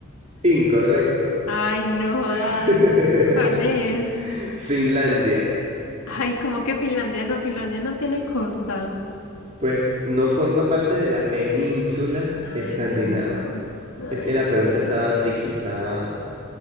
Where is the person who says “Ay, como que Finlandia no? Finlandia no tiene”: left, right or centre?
Left